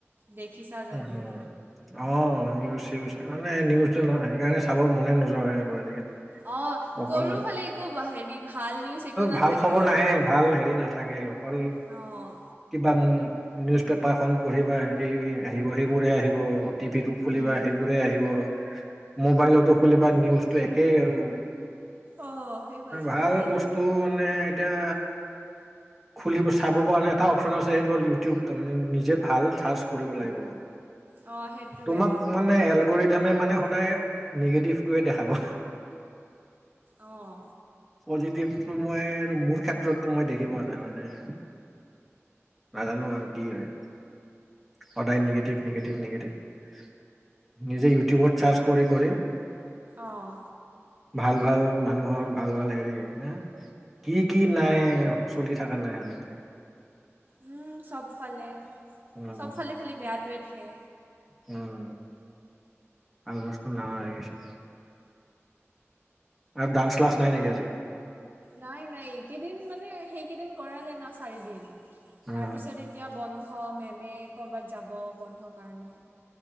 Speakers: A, on the right (about 40°); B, in the centre.
A: দেখিছা যদি।
B: উ হম অ নিউজ চিউজ মানে নিউজ সেইকাৰণে চাব মনে নোযোৱা হয় আৰু আজিকালি
A: অ
B: অকল
A: কৰো ফালে একো হেৰি ভাল নিউজ একো নাথাকে
B: ভাল খবৰ নাহে, ভাল হেৰি নাথাকে অকল
A: অঁ
B: কিবা নিউজ পেপাৰখন পঢ়িব সেই আহিব সেইবোৰে আহিব টিভি টো খুলিবা
A: উম,
B: সেইবোৰে আহিব মোবাইলতো খুলিবা নিউজটো একেই আৰু
A: অ', সেইফাল চবফালে
B: ভাল
A: একে।
B: বস্তু মানে এতিয়া খুলিব চাব কাৰণে এটা অপচন আছে সেইটো হ'ল ইউটিউব তাৰমানে নিজে ভাল ঠাচ কৰিব লাগিব মানে
A: অঁ সেইটোৱে
B: তোমাক মানে এলগৰি ধামে মানে সদায় নিগেটিভটোৱে দেখাব
A: অঁ
B: পজিটিভটো মই মোৰ ক্ষেত্ৰতো মই দেখি পোৱা নাই মানে নাজানো আৰু কি হয় সদায় নিগেটিভ নিগেিভ নিগেটিভ নিজে ইউ টিউবত চাৰ্জ কৰি কৰি
A: অঁ
B: ভাল ভাল মানুহৰ ভাল ভাল হেৰি হ কি কি নাই এ চলি থকা নাই আজিকালি
A: উম চবফালে
B: উম
A: চবফালে খালি বেয়াটোৱে দেখে
B: উম ভাল বস্তু ন লাগিছে আৰু ডান্স ক্লাছ নাই নেকি আজি
A: নাই নাই এইকেইদিন মানে সেইকেইদিন কৰালে ন চাৰিদিন
B: উম
A: তাৰপিছত এতিয়া বন্ধ মেমে ক'ৰবাত যাব বন্ধ কাৰণে